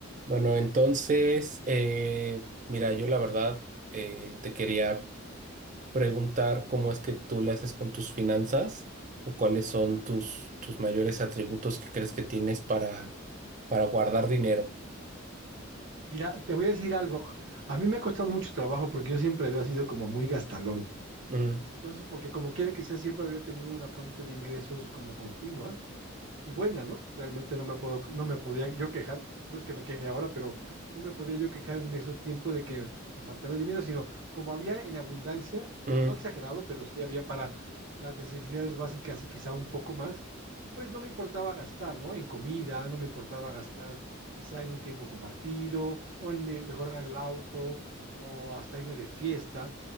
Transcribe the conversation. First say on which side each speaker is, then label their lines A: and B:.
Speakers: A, on the right; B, on the right.
A: Bueno, entonces, eh, mira, yo la verdad eh, te quería preguntar cómo es que tú le haces con tus finanzas o cuáles son tus, tus mayores atributos que crees que tienes para, para guardar dinero.
B: Mira, te voy a decir algo. A mí me ha costado mucho trabajo porque yo siempre había sido como muy gastalón.
A: Mm,
B: Entonces, porque como quiera que sea, siempre había tenido una fuente de ingresos como continua y buena, ¿no? Realmente no me puedo, no me podía yo quejar, no es que me queje ahora, pero no me podía yo quejar en ese tiempo de que me faltara dinero, sino como había en abundancia,
A: mm,
B: no exagerado, pero sí había para las necesidades básicas y quizá un poco más, pues no me importaba gastar, ¿no? En comida, no me importaba gastar quizá en un tiempo compartido o en me- mejorar el auto o hasta irme de fiesta,